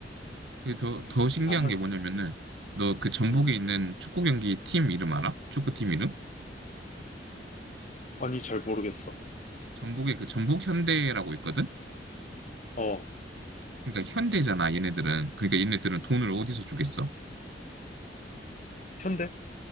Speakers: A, on the right; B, on the left.
A: 그게 더, 더 신기한
B: 잘하네.
A: 게 뭐냐면은 너 그 전북에
B: 음.
A: 있는 축구 경기 팀 이름 알아? 축구팀 이름?
B: 아니, 잘 모르겠어.
A: 전북에 그 전북 현대라고 있거든?
B: 어.
A: 그러니까 현대잖아, 얘네들은. 그러니까 얘네들은 돈을 어디서 주겠어?
B: 현대?